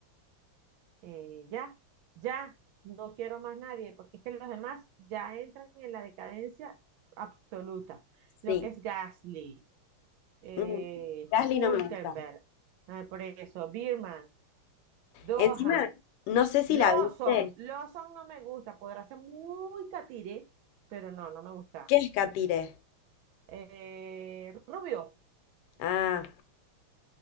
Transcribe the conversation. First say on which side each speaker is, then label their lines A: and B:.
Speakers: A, on the right; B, on the left.
A: Eh, ya, ya, no quiero más nadie, porque es que los demás ya entran en la decadencia absoluta. Lo
B: Sí.
A: que es Gasly eh,
B: Mm, Gasly
A: Hülkenberg,
B: no me gusta.
A: ah, por eso, Birman, Dohan.
B: Encima, no sé si
A: Lawson.
B: la viste.
A: Lawson no me gusta. Podrá ser muy catire, pero no, no me gusta.
B: ¿Qué es Katire?
A: Eh, Rubio.
B: Ah.